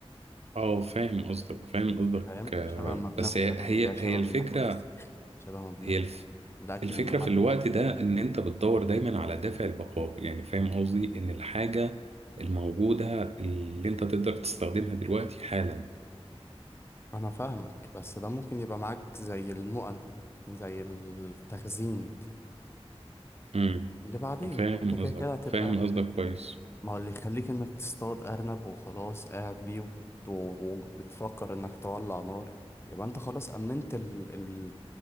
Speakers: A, on the right; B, on the left.
A: اه فاهم قصدك فاهم قصدك
B: فاهم
A: آه،
B: شبه ما بناكل
A: بس هي
B: الرنجة
A: هي
B: شبه
A: هي الفكره
B: ما بناكل الفسيخ شبه ما بناكل
A: هي الف
B: الاكل
A: الفكره
B: المملح
A: في الوقت ده ان انت بتدور دايما على دافع البقاء يعني فاهم قصدي ان الحاجه الموجوده اللي انت تقدر تستخدمها دلوقتي حالا
B: انا فاهمك بس ده ممكن يبقى معاك زي المؤن زي التخزين
A: امم
B: اللي بعدين
A: فاهم
B: انت كده
A: قصدك
B: كده هتبقى
A: فاهم قصدك كويس
B: ما هو اللي يخليك انك تصطاد ارنب وخلاص قاعد بيه وبت- وبتفكر انك تولع نار يبقى انت خلاص امنت ال... ال...